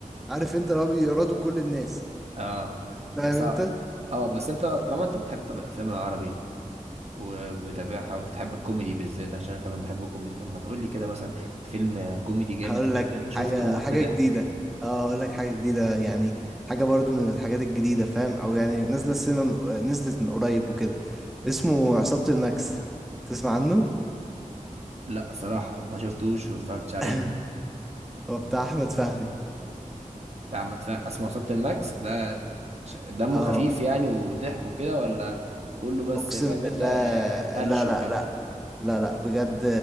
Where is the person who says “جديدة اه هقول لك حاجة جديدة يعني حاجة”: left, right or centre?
Centre